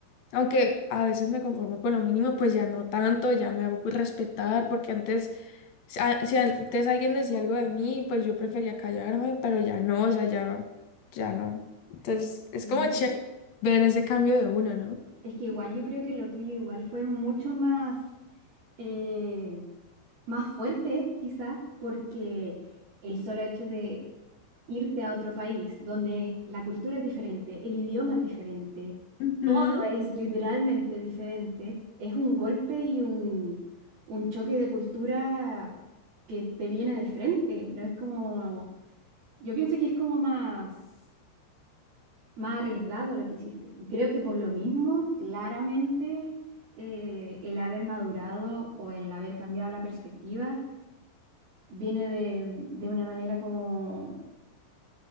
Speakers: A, on the left (about 60°); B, on the right (about 55°).
A: aunque a veces me conformo con lo mínimo, pues ya no tanto, ya me hago respetar porque antes... Si a- si antes alguien decía algo de mí, pues yo prefería callarme, pero ya no, o sea, ya, ya no. Entonces, es
B: sí.
A: como chévere ver ese cambio de una, ¿no?
B: Es que igual yo creo que lo tuyo igual fue mucho más. eh, más fuerte, quizás, porque el solo hecho de irte a otro país donde la cultura es diferente, el idioma es diferente,
A: Ujú.
B: todo es literalmente diferente, es un golpe y un, un choque de cultura que te viene de frente, no es como, yo pienso que es como más, más arriesgado lo que hiciste. Y creo que por lo mismo, claramente, eh, el haber madurado o el haber cambiado la perspectiva, viene de, de una manera como,